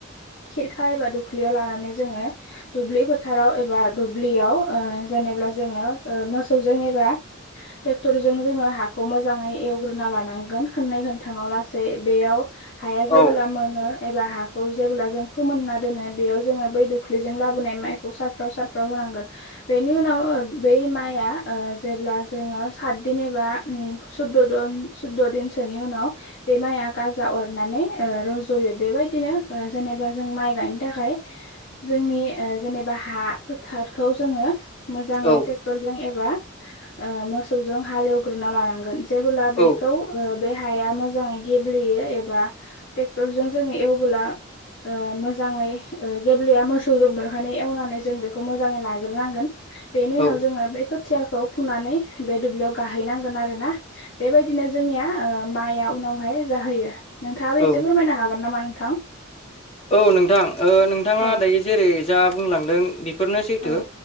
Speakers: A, on the left; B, on the left.
A: खिरखा एबा दो ख्लियाव लानानै जोङो दुब्लि फोथाराव एबा दुब्लियाव ओ जेनेबा जोङो ओ मोसौजों एबा ट्रेक्टरजों जोङो हाखौ मोजाङै एवग्रोना लानांगोन खोननै खोनथामाव लासै बेयाव हाया जेबोब्ला
B: औ
A: मोनो एबा हाखौ जेब्ला जों फोमोनना दोनो बेयाव जोङो बै दुख्लिजों लाबोनाय माइखौ सारफ्राव सारफ्राव होनांगोन बेनि ओ उनाव बै माइया ओ जेब्ला जोङो सातदिन एबा उम सुद्द'दन सुद्द'दिनसोनि उनाव बे माइया गाजा अरनानै ओ रज'यो बेबायदिनो ओ जेनेबा जों माइ गायनो थाखा खाय जोंनि ओ जेनेबा हा फोथारखौ जोङो मोजाङै
B: औ
A: टे क्टरजों एबा ओ मोसौजों हालेवग्रोना लानांगोन जेबोब्ला
B: औ
A: बेखौ ओ बे हाया मोजाङै गेब्लेयो एबा ट्रेक्टरजों जोङो एवबोला ओ मोजाङै ओ गेब्लेया मोसौजों बेवहायनो एवनानै जों बेखौ मोजाङै लाग्रोनांगोन बेनि
B: औ
A: उनाव जोङो खोथियाखौ फुनानै बे दुब्लियाव गाहैनांगोन आरो ना बेबायदिनो जोंनिया ओ माइया उनावहाय जाहैयो नोंथाङाबो
B: औ
A: एसे
B: औ
A: फोरमायनो हागोन नामा नोंथां?
B: औ नोंथां ओ नोंथाङा
A: औ
B: दायो जेरै जा बुंलांदों बेफोरनो सैथो
A: औ